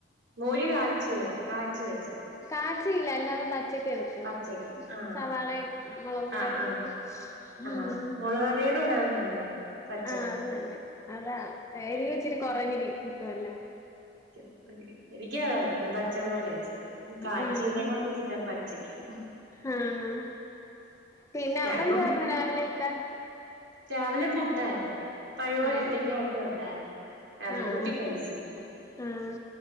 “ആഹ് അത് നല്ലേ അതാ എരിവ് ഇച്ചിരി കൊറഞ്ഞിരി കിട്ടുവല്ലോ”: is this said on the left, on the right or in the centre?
Left